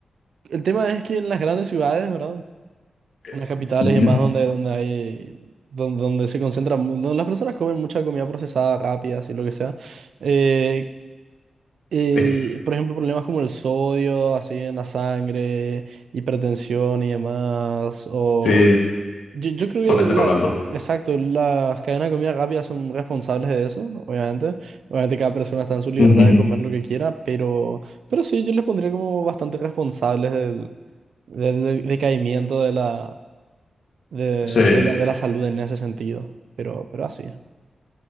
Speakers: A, on the right; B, on the left.
A: el tema es que en las grandes ciudades, ¿verdad?
B: eh,
A: Unas capitales
B: Bien,
A: y más donde, donde hay, donde, donde se concentran, mu- donde las personas comen mucha comida procesada, rápida, así lo que sea. Eh, eh,
B: eh,
A: por ejemplo, problemas como el sodio, así en la sangre, hipertensión y demás. O
B: eh,
A: yo, yo creo que
B: colesterol
A: la,
B: alto.
A: exacto, las cadenas de comida rápida son responsables de eso, obviamente. Obviamente cada persona está en su libertad
B: Ujú,
A: de comer lo que quiera, pero, pero sí, yo les pondría como bastante responsables del, del del decaimiento de la de,
B: Sí.
A: de la, de la salud en ese sentido, pero, pero así.